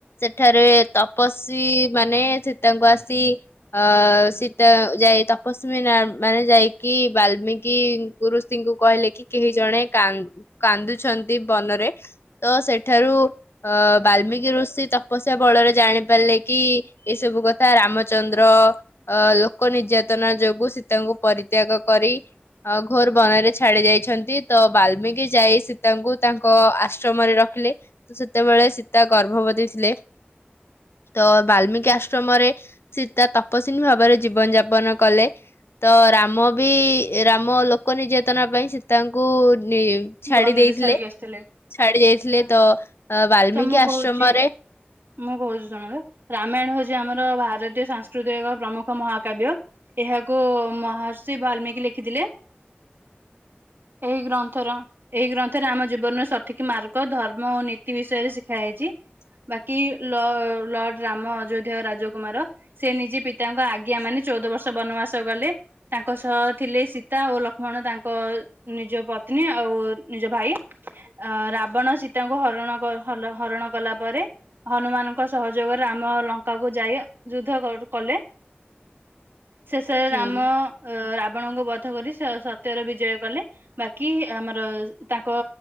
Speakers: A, on the left; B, on the right.
A: ସେଠାରେ ତପସ୍ୱୀ ମାନେ ସୀତାଙ୍କୁ ଆସି ଅ ସୀତା ଯାଇ ତପସ୍ ସ୍ମି ନାମ ମାନେ ଯାଇକି ବାଲ୍ମିକି ଗୁରୁଷିଙ୍କୁ କହିଲେ କି କେହି ଜଣେ କା କାନ୍ଦୁଛନ୍ତି ବନରେ ତ ସେଠାରୁ ଅ ବାଲ୍ମିକି ଋଷି ତପସ୍ୟା ବଳରେ ଜାଣିପାରିଲେ କି ଏସବୁ କଥା ରାମଚନ୍ଦ୍ର ଅ ଲୋକ ନିର୍ଯାତନା ଯୋଉ ଗୁ ସୀତାଙ୍କୁ ପରିତ୍ୟାଗ କରି ଅ ଘୋର ବନରେ ଛାଡି ଯାଇଛନ୍ତି ତ ବାଲ୍ମିକି ଯାଇ ସୀତାଙ୍କୁ ତାଙ୍କ ଆସ ଶ୍ରମରେ ରଖିଲେ ତ ସେତେବେଳେ ସୀତା ଗର୍ଭବତୀ ଥିଲେ। ତ ବାଲ୍ମିକି ଆଶ୍ରମରେ ସୀତା ତପସ୍ୱିନୀ ଭାବରେ ଜୀବନ ଯାପନ କଲେ। ତ ରାମ ବି ରାମ ଲୋକ ନିର୍ଯାତନା ପାଇଁ ସୀତାଙ୍କୁ ନି ଛାଡି
B: ବନରେ
A: ଦେଇଥିଲେ
B: ଛାଡିକି ଆସିଥିଲେ
A: ଛାଡି ଦେଇଥିଲେ ତ- ବାଲ୍ମିକି
B: ତ ମୁଁ କହୁଛି।
A: ଆଶ୍ରମରେ
B: ମୁଁ କହୁଛି ଶୁଣନ୍ତୁ ରାମାୟଣ ହଉଛି ଆମର ଭାରତୀୟ ସଂସ୍କୃତିର ଏକ ପ୍ରମୁଖ ମହାକାବ୍ୟ। ଏହାକୁ ମହର୍ଷି ବାଲ୍ମିକି ଲେଖିଥିଲେ। ଏହି ଗ୍ରନ୍ଥର ଏହି ଗ୍ରନ୍ଥରେ ଆମ ଜୀବନର ସଠିକ୍ ମାର୍ଗ ଧର୍ମ ଓ ନୀ ତି ବିଷୟରେ ଶିଖା ହେଇଛି। ବାକି ଲଅ ଲର୍ଡ ରାମ ଅଯୋଧ୍ୟା ଓ ରାଜକୁମାର ସେ ନିଜେ ପିତାଙ୍କ ଆଜ୍ଞା ମାନି ଚଉଦ ବର୍ଷ ବନବାସ ଗଲେ। ତାଙ୍କ ସହ ଥିଲେ ସୀତା ଓ ଲକ୍ଷ୍ମଣ ତାଙ୍କ ନିଜ ପତ୍ନୀ ଆଉ ନିଜ ଭାଇ ଆ ରାବଣ ସୀତାଙ୍କୁ ହରଣ ହ ହଲ ହରଣ କଲା ପରେ ହନୁମାନଙ୍କ ସହଯୋଗରେ ଆମ ଲଙ୍କା କୁ ଯାଇ ଯୁଦ୍ଧ କ କରୁଥିଲେ। ଶେଷରେ
A: ହୁଁ
B: ରାମ ରାବଣଙ୍କୁ ବଧ କରି ସ ସତ୍ୟର ବିଜୟ କଲେ। ବାକି ଆମର ତାଙ୍କ